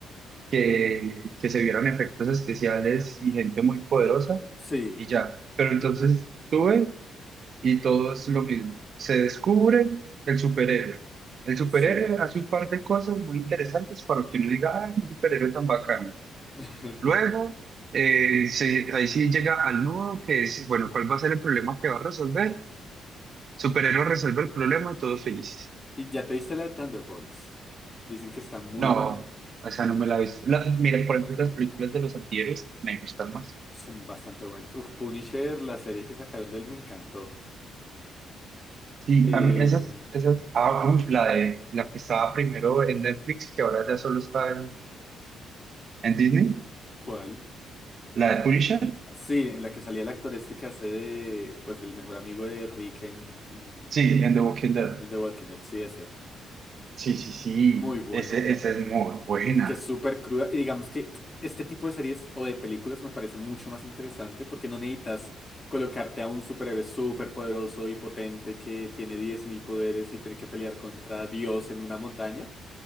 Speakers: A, on the right; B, on the left.
A: que, que se vieran efectos especiales y gente muy poderosa
B: Sí,
A: y ya. Pero entonces tú ves y todo es lo mismo. Se descubre el superhéroe. El superhéroe
B: sí.
A: hace un par de cosas muy interesantes para que uno diga, ¡ay, qué superhéroe tan bacano!
B: <laughs>
A: Luego, eh, se- ahí sí llega al nudo, que es, bueno, ¿cuál va a ser el problema que va a resolver? Superhéroe resuelve el problema, todos felices.
B: ¿Y ya te viste la de Thunderbolts? Dicen que está muy
A: No,
B: buena.
A: o sea, no me la he visto. La- mira, por ejemplo, las películas de los antihéroes me gustan más.
B: Son bastante buenas. Uf, Punisher, la serie que sacaron de él me encantó.
A: Sí,
B: Em,
A: a mí esas, esas, ah, uf, la de, la que estaba primero en Netflix, que ahora ya solo está en, en Disney,
B: ¿cuál?
A: la de Punisher,
B: Ah, Sí, en la que salía el actor este que hace de, pues, del mejor amigo de Rick en, en
A: sí, en The Walking Dead.
B: en The Walking Dead, sí, ese.
A: Sí, sí, sí,
B: Muy buena.
A: ese, esa es muy buena.
B: Y que es súper cruda. Y digamos que este tipo de series o de películas me parece mucho más interesante porque no necesitas colocarte a un superhéroe súper poderoso y potente que tiene 10.000 poderes y tiene que pelear contra Dios en una montaña,